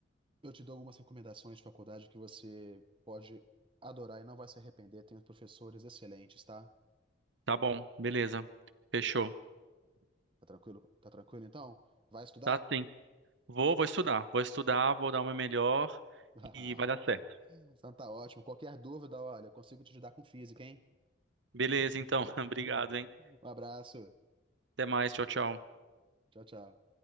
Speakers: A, on the right (about 25°); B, on the right (about 70°).
A: Eu te dou algumas recomendações de faculdade que você pode adorar e não vai se arrepender. Tem uns professores excelentes, tá?
B: Tá bom, beleza. Fechou.
A: Tá tranquilo? Tá tranquilo então? Vai estudar?
B: Tá sim. Vou, vou estudar. Vou estudar, vou dar o meu melhor
A: <laughs>
B: e vai dar certo.
A: Então tá ótimo. Qualquer dúvida, olha, eu consigo te ajudar com física, hein?
B: Beleza, então. <laughs> Obrigado, hein?
A: Um abraço.
B: Até mais. Tchau, tchau.
A: Tchau, tchau.